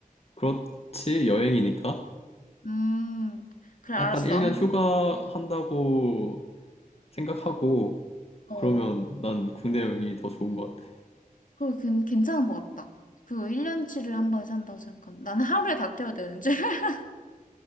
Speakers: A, on the left (about 45°); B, on the left (about 65°).
A: 그렇지, 여행이니까.
B: 음, 그래,
A: 약간
B: 알았어.
A: 1년
B: 아무튼,
A: 휴가 한다고 생각하고
B: 어,
A: 그러면 난 국내 여행이 더 좋은 것 같아.
B: 그래, 괜- 괜찮은 것 같다. 그거 1년치를 한 번에 산다고 생각하면. 나는 하루에 다 태워야 되는줄 <laughs>